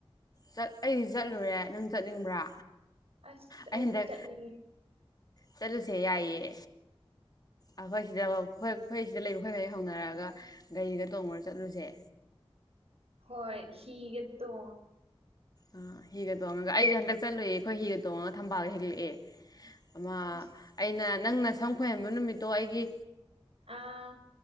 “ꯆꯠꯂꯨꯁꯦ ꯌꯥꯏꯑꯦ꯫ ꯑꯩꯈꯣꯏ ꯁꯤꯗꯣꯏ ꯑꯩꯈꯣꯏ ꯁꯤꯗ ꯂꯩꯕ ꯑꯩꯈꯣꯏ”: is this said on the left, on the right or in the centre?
Left